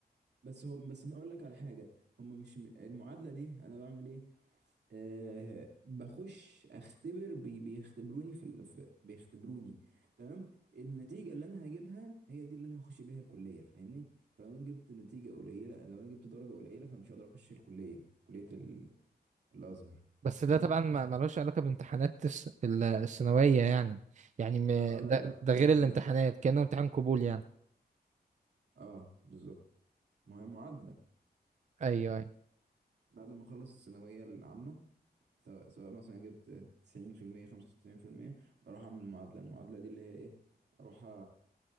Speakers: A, on the right (about 90°); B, on the right (about 45°).
A: بس هم بس انا اقول لك على حاجه هم مش م- المعادله دي انا بعمل ايه أه بخش اختبر بي بيختبروني في, ال- في بيختبروني تمام النتيجه اللي انا هجيبها هي دي اللي انا هخش بيها الكليه فاهمني فلو انا جبت نتيجه قليله لو انا جبت درجه قليله فمش هقدر اخش الكليه كليه ال- الازهر
B: بس
A: فاهمني
B: ده طبعا ما ملوش علاقة بامتحانات الس- ال- الثانوية يعني يعني م...
A: اه لا
B: ده
A: لا
B: ده
A: ملوش
B: غير الامتحانات
A: دعوه
B: كأنه امتحان قبول يعني
A: اه بالظبط ما هي معادله
B: أيوه
A: بعد ما اخلص الثانويه العامه سواء سواء مثلا جبت 90% 95% بروح اعمل معادله المعادله دي اللي هي ايه اروح